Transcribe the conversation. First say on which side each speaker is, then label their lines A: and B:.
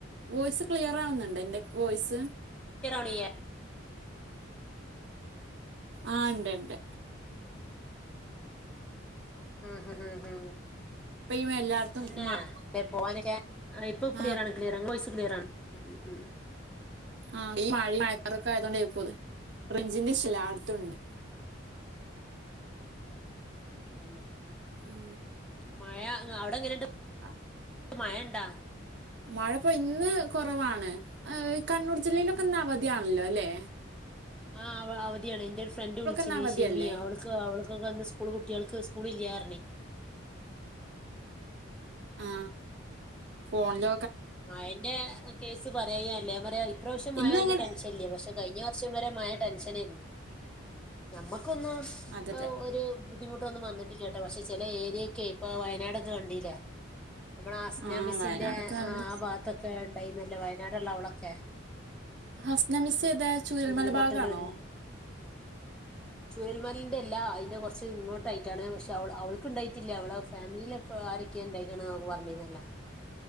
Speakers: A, on the right; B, in the centre.
A: വോയിസ് ക്ലിയർ ആവുന്നുണ്ട് എന്റെ വോയിസ്.
B: കുടിയ
A: ആ ഉണ്ട് ഉണ്ട്.
B: ഉം് ഹ ഹം് ഹഹ്
A: ഇപ്പൊ ഈ എല്ലായിടത്തും
B: തന്നെ
A: മ-
B: പോാനൊക്കെ ഇപ്പൊ
A: ആ
B: ക്ലിയർാണ് ക്ലിയർ അങ് വ ക്ലിയർാണ് <unintelligible> ഉം ഉം ഉം
A: ആ ആയതോണ്ട പോയി പോത് റിഞ്ചിന്റെ ശിലാടുത്തുണ്ട്
B: പിന്നെ?
A: ഉം
B: മഴ അവിടെങ്ങനെണ്ട്?
A: ആ
B: മയണ്ടാ
A: മഴപ്പോ ഇന്ന് കുറവാണ്, ഈ കണ്ണൂർ ജില്ലയിലൊക്കെ ഇന്ന് അവധിയാണല്ലോ അല്ലെ?
B: ആഹ് അവ അവ ന്റെരു ഫ്രണ്ട് വിളിച്ചിന്നേ
A: ഇന്ന് അവധിയല്ലേ
B: ഷെമിയേ. അവൾക്ക് അവൾക്കൊക്കെ ന്ന് സ്കൂള് കുട്ട്യാൾക്ക് സ്കൂള്ല്ലാറഞ്ഞേ
A: ആ ഫോണില
B: മയേന്റെ കേസ് പറയുക അല്ല. എന്താറയാ ഇപ്രാവശ്യം മായ
A: ഇന്നങ്ങനെ
B: വല്യ ടെൻഷൻ ഇല്ല്യാ. പക്ഷേ കയിഞ്ഞ വശ്യം വരെ മയ ടെൻഷനേരുന്നു ഞമ്മ ക്കൊന്ന്
A: അതെ അതെ
B: ഒരു ബുദ്ധിമുട്ടൊന്നും വന്നട്ടില്ലട്ടോ പക്ഷേ ചെല ഏരിയൊക്കെ ഇപ്പ വയനാടൊക്കെ കണ്ടീല്ലേ നമ്മള ആസ്നാ
A: ആഹ്
B: മിസിന്റെ
A: വയനാടൊക്കെ
B: ആ
A: നല്ല
B: ആ ഭാഗത്തൊക്കെ ഉണ്ടായിന്നല്ലേ വയനാട്ള്ള അവളൊക്കെ
A: ഹസ്ന മിസ് ഏതാ? ചൂരൽമല
B: ഉരുൾപൊട്ടലും
A: ഭാഗാണോ?
B: ചുരൽമലേന്റെല്ല അയിന്റെ കൊറച്ച് ഇങ്ങോട്ടായിട്ടാണ്. പക്ഷേ അവ അവൾക്ക്ണ്ടായിട്ടില്ല അവളെ ഫാമിലിയിലൊക്കെ ആരക്ക ഇണ്ടായിക്കാണ്ന്നൊക്കെ പറഞ്ഞിന്നല്ലോ